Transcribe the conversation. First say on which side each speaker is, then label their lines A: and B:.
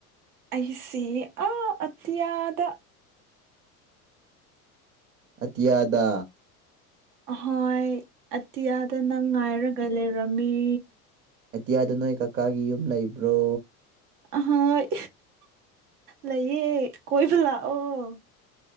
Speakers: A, on the right; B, on the right.
A: ꯑꯩꯁꯤ ꯑ ꯑꯇꯌꯥꯗ
B: ꯑꯇꯤꯌꯥꯗꯥ
A: ꯑꯍꯣꯏ ꯑꯇꯤꯌꯥꯗ ꯅꯪ ꯉꯥꯏꯔꯒ ꯂꯩꯔꯝꯃꯤ
B: ꯑꯇꯤꯌꯥꯗ ꯅꯣꯏ ꯀꯀꯥꯒꯤ ꯌꯨꯝ ꯂꯩꯕ꯭ꯔꯣ
A: ꯑꯍꯣꯏ ꯂꯩꯌꯦ ꯀꯣꯏꯕ ꯂꯥꯛꯑꯣ